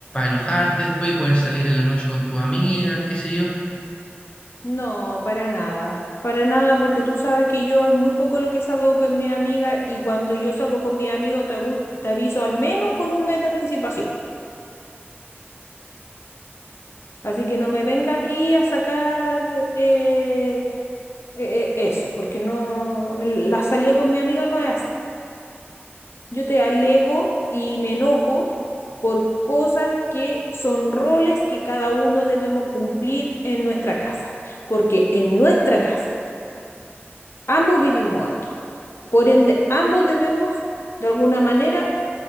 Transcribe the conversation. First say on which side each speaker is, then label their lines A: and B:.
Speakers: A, on the left; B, on the left.
A: enojarte después y poder salir en la noche con tu amiga, qué sé yo.
B: No, para nada. Para nada, porque tú sabes que yo es muy poco lo que salgo con mi amiga y cuando yo salgo con mi amigo te, abu- te aviso al menos con un mes de anticipación. Así que no me venga aquí a sacar eh, eh, eh, eso, porque no, el- la salida con mi amiga no es así. Yo te alego y me enojo por cosas que son roles que cada uno debemos cumplir en nuestra casa, porque en nuestra casa ambos vivimos aquí. Por ende, ambos debemos, de alguna manera,